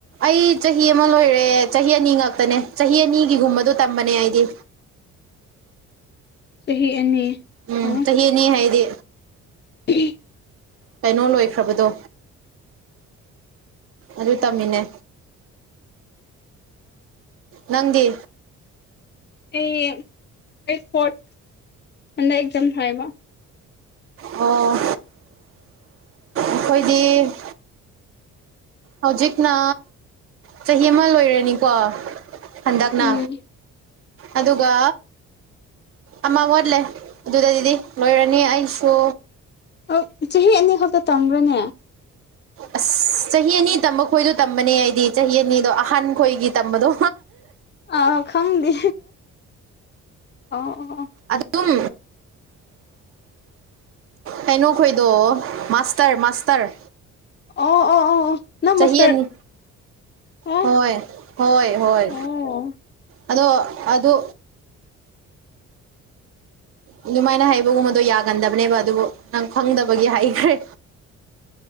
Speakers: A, on the right; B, on the left.
A: ꯑꯩ ꯆꯍꯤ ꯑꯃ ꯂꯣꯏꯔꯦ ꯆꯍꯤ ꯑꯅꯤ ꯉꯛꯇꯅꯦ ꯆꯍꯤ ꯑꯅꯤꯒꯤꯒꯨꯝꯕꯗꯣ ꯇꯝꯕꯅꯦ ꯑꯩꯗꯤ
B: ꯆꯍꯤ ꯑꯅꯤ
A: ꯎꯝ
B: ꯑꯣ
A: ꯆꯍꯤ ꯑꯅꯤ ꯍꯥꯏꯗꯤ
B: <unintelligible>
A: ꯀꯩꯅꯣ ꯂꯣꯏꯈ꯭ꯔꯕꯗꯣ ꯑꯗꯨ ꯇꯝꯃꯤꯅꯦ ꯅꯪꯗꯤ
B: ꯑꯩ ꯑꯩ ꯐꯣꯔꯠ ꯍꯟꯗꯛ ꯑꯦꯛꯖꯥꯝ ꯊꯥꯏꯕ
A: ꯑꯣ ꯑꯈꯣꯏꯗꯤ ꯍꯧꯖꯤꯛꯅ ꯆꯍꯤ ꯑꯃ ꯂꯣꯏꯔꯅꯤꯀꯣ ꯍꯟꯗꯛꯅ
B: ꯎꯝ
A: ꯑꯗꯨꯒ ꯑꯃ ꯋꯥꯠꯂꯦ ꯑꯗꯨꯗꯩꯗꯤ ꯂꯣꯏꯔꯅꯤ ꯑꯩꯁꯨ
B: ꯍꯣꯏꯠ ꯆꯍꯤ ꯑꯅꯤ ꯈꯛꯇ ꯇꯝꯕ꯭ꯔꯅꯦ
A: ꯑꯁ ꯆꯍꯤ ꯑꯅꯤ ꯇꯝꯕ ꯈꯣꯏꯗꯣ ꯇꯝꯕꯅꯦ ꯑꯩꯗꯤ ꯆꯍꯤ ꯑꯅꯤꯗꯣ ꯑꯍꯥꯟ ꯈꯣꯏꯒꯤ ꯇꯝꯕꯗꯣ
B: ꯑꯥ ꯈꯪꯗꯦ ꯑꯣ ꯑꯣ ꯑꯣ
A: ꯑꯠꯗꯨꯝ ꯀꯩꯅꯣ ꯈꯣꯏꯗꯣ ꯃꯥꯁꯇꯔ ꯃꯥꯁꯇꯔ
B: ꯑꯣ ꯑꯣ ꯑꯣ ꯑꯣ ꯅꯪ
A: ꯆꯍꯤ
B: ꯃꯥꯁꯇꯔ
A: ꯑꯅꯤ
B: ꯑꯣ
A: ꯍꯣꯏ ꯍꯣꯏ ꯍꯣꯏ
B: ꯑꯣ
A: ꯑꯗꯣ ꯑꯗꯨ ꯑꯗꯨꯃꯥꯏꯅ ꯍꯩꯕꯒꯨꯝꯕꯗꯣ ꯌꯥꯒꯟꯗꯕꯅꯦꯕ ꯑꯗꯨꯕꯨ ꯅꯪ ꯈꯪꯗꯕꯒꯤ ꯍꯥꯢꯈ꯭ꯔꯦ